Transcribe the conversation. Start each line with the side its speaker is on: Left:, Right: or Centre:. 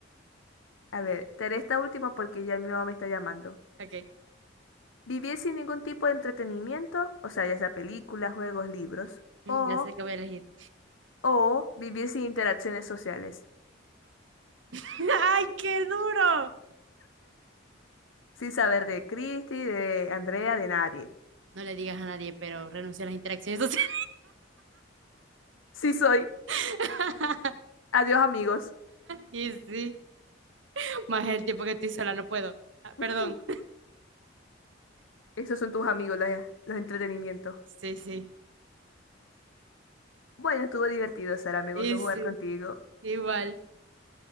Left: A ver, te haré esta última porque ya mi mamá me está llamando.
Right: Ok,
Left: Vivir sin ningún tipo de entretenimiento, o sea, ya sea películas, juegos, libros,
Right: mm,
Left: o,
Right: ya sé que voy a elegir.
Left: o vivir sin interacciones sociales,
Right: <laughs> ¡Ay, qué duro!
Left: sin saber de Cristi, de Andrea, de nadie.
Right: No le digas a nadie, pero renuncio a las interacciones sociales.
Left: Sí soy.
Right: <laughs>
Left: Adiós, amigos.
Right: Y sí, más el tiempo que estoy sola, no puedo. Ah, perdón.
Left: <laughs> Esos son tus amigos, los, los entretenimientos.
Right: Sí, sí.
Left: Bueno, estuvo divertido, Sara. Me
Right: Y
Left: gustó jugar
Right: sí,
Left: contigo.
Right: igual.